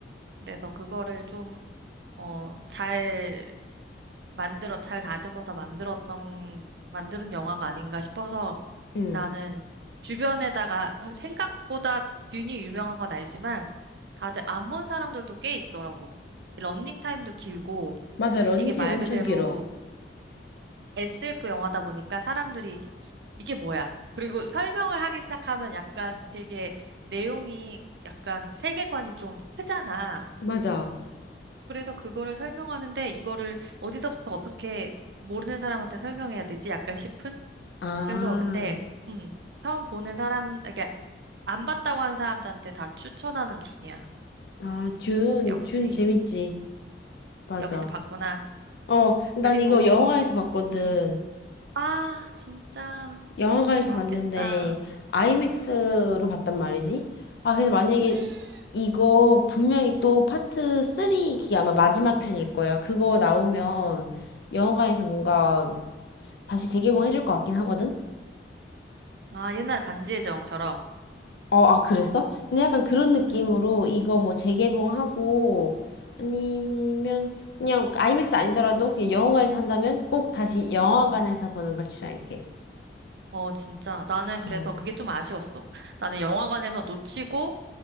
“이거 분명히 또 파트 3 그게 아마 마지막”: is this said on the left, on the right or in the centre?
Left